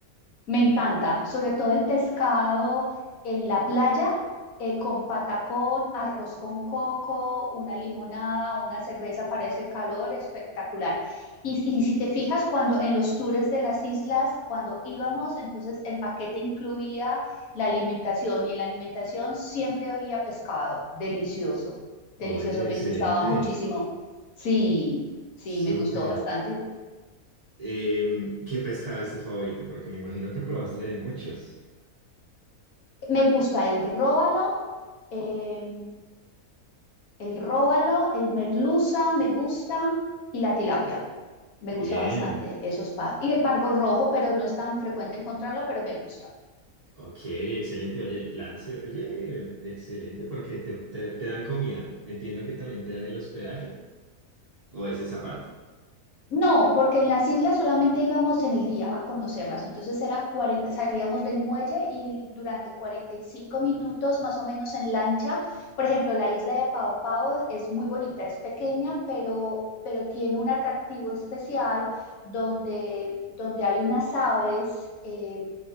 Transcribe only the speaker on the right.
Oye,
excelente.
Súper.
Em, ¿qué pescado es tu favorito? Porque me imagino que probaste de muchos.
Bien.
Ok, excelente. Oye, el plan se... Oye, excelente porque te, te- te dan comida. Entiendo que también te dan el hospedaje. ¿O es esa parte?